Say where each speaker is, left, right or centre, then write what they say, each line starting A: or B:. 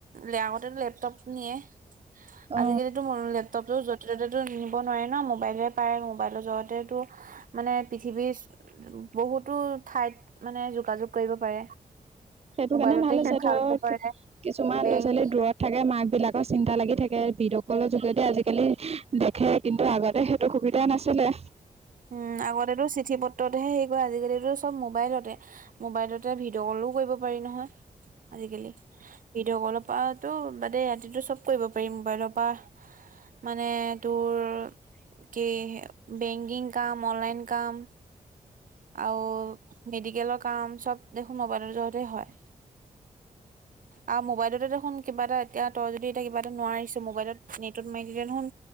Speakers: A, on the right; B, on the right.
A: লে আগতে লেপ পনিয়ে
B: অ
A: আজিকালিতো মনোলেপ লপটপটো য'তে ত'তে তো নিব নোৱাৰে ন মোবাইলে পাৰে মোবাইলৰ য্বতেতো মানে পৃথিৱীৰ বহুতো ঠাইত মানে যোগাযোগ কৰিব পাৰে।
B: সেইটো
A: মোবাইলতে
B: কাৰণে ভাল আছে
A: শিক্ষা
B: ধৰ
A: ল'ব পাৰে
B: কিছুমান
A: বেংক
B: ল'ৰা ছোৱালী দূৰত থাকে মাক বিলাকৰ চিন্তা লাগি থাকে। বিদসকলৰ যোগেদি আজিকালি দেখে কিন্তু আগতে সেইটো সুবিধা নাছিলে।
A: উম আগতেতো চিঠি পত্ৰতহে স আজিকালিো চব মোবাইলতে মোবাইলতে ভিডিঅ' কলো কৰিব পাৰি নহয়। আজিকালি ভিডিঅ' কলৰ পৰাতো বাদে ৰাতিটো চব কৰিব পাৰিম মোবাইলৰ পৰা মানে তোৰ কি বেংকিং কাম অনলাইন কাম আৰু মেডিকেলৰ কাম চব দেখোন মোবাইলৰ জতে হয় হয়। আৰু মোবাইলতেো দেখোন কিবা এটা এতিয়া তই যদি এতিয়া কিবা এটা নোৱাৰিছ মোবাইলত নেটত মাৰি দ দেখোন